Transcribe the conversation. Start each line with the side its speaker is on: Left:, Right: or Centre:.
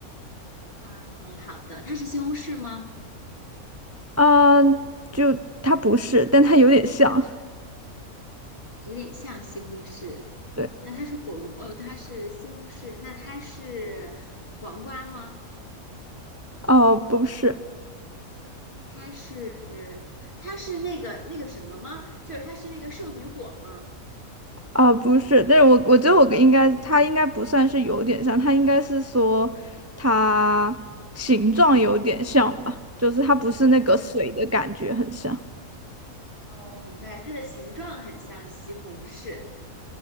Left: 嗯，好的。它是西红柿吗？
Right: 嗯、就它不是，但它有点像。
Left: 有点像西红柿。
Right: 对，
Left: 那它是火龙，哦，它是西红柿。那它是黄瓜吗？
Right: 哦，不是，
Left: 它是它是那个那个什么吗？就是它是那个圣女果吗？
Right: 哦，不是。但是我我觉得我应该，它应该不算是有点像，它应该是说它形状有点像吧，就是它不是那个水的感觉很像，
Left: 啊，我明白，它的形状很像西红柿，